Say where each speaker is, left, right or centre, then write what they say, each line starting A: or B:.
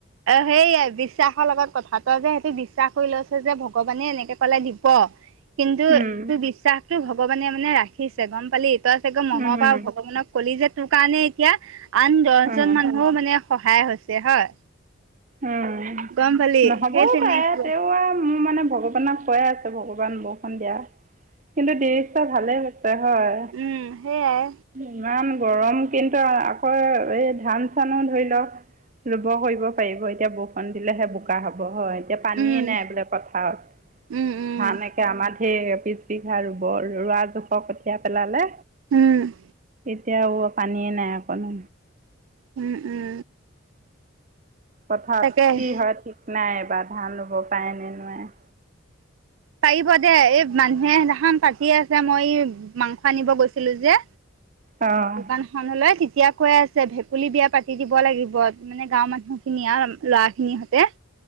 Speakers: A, on the right; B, on the right.
A: অ সেইয়া বিশ্বাসৰ লগত কথা তই যে সেইটি বিশ্বাস কৰি লৈছে যে ভগৱানে এনেকে কলে দিব কিন্তু
B: উম
A: তোৰ বিশ্বাসটো ভগৱানে মানে ৰাখিছে গম পালি তই চাগে মনৰ
B: উম
A: পা ভগৱানক কলি যে তোৰ কাৰণে এতিয়া আন দহ
B: উম
A: জন মানুহও মানে সহায় হৈছে হয়।
B: উম
A: গম পালি
B: নহ'বও
A: সেই তেনেকুৱা
B: পাৰে তেওঁ আও মোৰ মানে ভগৱানক কৈয়ে আছো ভগৱান বৰষুণ দিয়া। কিন্তু দিছে ভালেই হৈছে হয়।
A: উম সেইয়াই
B: ইমান গৰম কিন্তু আকৌ এই ধান চানো ধৰি লওক ৰুব কৰিব পাৰিব এতিয়া বৰষুণ দিলেহে বোকা হব হয়। এতিয়া পানীয়ে
A: উম
B: নাই বোলে পথাৰত
A: উম উম
B: ধান একে আমাৰ সেই পিছবিঘা ৰুব ৰোৱা দখৰ কঠীয়া পেলালে
A: উম
B: তেতিয়াও পানীয়েই নাই অকণো
A: উম উম
B: পথাৰত
A: তাকে
B: কি হয় ঠিক নাই এবাৰ ধান ৰুব পাৰে নে নোৱাই।
A: পাৰিব দে এই মানুহে পাতি আছে মই মাংস আনিব গৈছিলো যে
B: অঁ
A: দোকান খনলৈ তেতিয়া কৈ আছে ভেকুলী বিয়া পাতি দিব লাগিব। মানে গাঁওৰ মানুহ খিনি আৰু ল'ৰা খিনি সতে